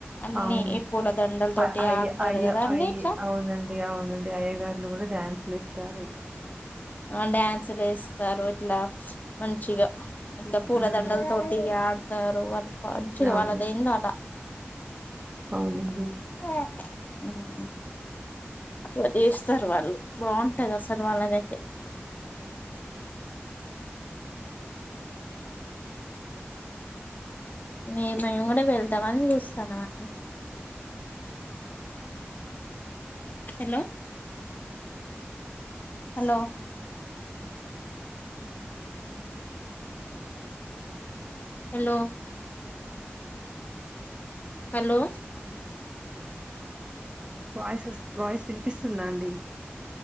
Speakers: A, on the left; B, on the right.
A: అన్ని
B: అవును
A: ఈ పూలదండల తోటి
B: అయ అయ్య
A: ఆడతారు
B: అయ్య
A: కదా అన్ని
B: అయ్య్
A: ఇట్లా
B: అవునండి అవునండి అయ్యగారులు గూడా డ్యాన్స్ లేస్తారు
A: ఆ డ్యాన్సులు ఎస్తారు ఇట్లా మంచిగా ఇట్ల పూలదండల
B: హ్మ్.
A: తోటి గా తారు వాళ్ళు ప మంచిగా
B: అవును.
A: వాళ్ళదేందో అలా
B: అవునండి
A: యా అవును అట్ల జేస్తారు వాళ్ళు బావుంటది అసలు వాళ్ళదైతే మే మేము గూడా వెళ్తామని చూస్తానామండి. Hello hello hello hello
B: voice వస్త్ వాయిస్ వినిపిస్తుందా అండి